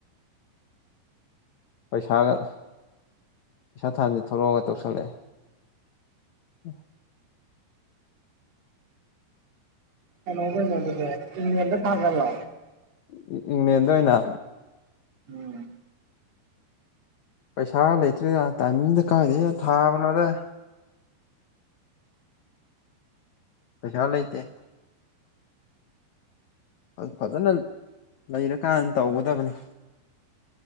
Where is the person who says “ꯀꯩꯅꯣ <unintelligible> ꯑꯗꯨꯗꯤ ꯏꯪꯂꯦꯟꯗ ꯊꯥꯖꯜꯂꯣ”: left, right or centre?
Right